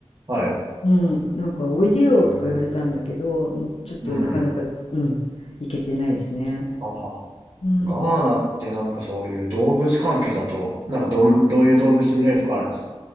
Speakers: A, on the right; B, on the left.
A: はい。
B: うん、なんか「おいでよ」とか言われたんだけど、
A: えー、
B: うん、ちょっとなかなか、
A: うん。
B: うん、行けてないですね。
A: ははは。
B: うん。
A: ガーナってなんかそういう動物関係だと、なんかどん、どういう動物見れるとかあるんです